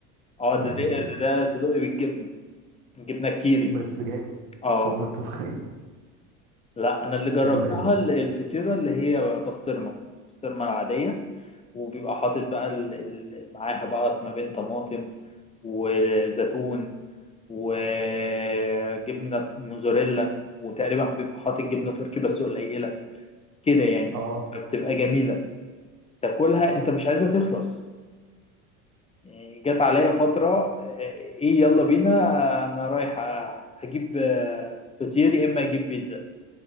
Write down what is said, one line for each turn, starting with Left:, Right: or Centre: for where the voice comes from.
Left: اه
Right: يعني
Left: ده ده ده, ده صدقي بالجبنة جبنة كيري
Right: بس جامد
Left: اه
Right: فوق ما تتخيل
Left: لا انا اللي جربتها
Right: جامده قوي
Left: ال- الفطيرة اللي هي بسطرمة بسطرمة العادية وبيبقى حاطط بقى ال... ال... معاها بقى ما بين طماطم وزيتون وجبنة موزاريلا وتقريبا بيبقى حاطط جبنة تركي بس قليلة كده يعني
Right: اه
Left: فبتبقى جميلة تاكلها انت مش عايزها تخلص يعني جت عليا فترة آه، ايه يلا بينا آه، انا رايح آه، هجيب آه، فطير يا اما اجيب بيتزا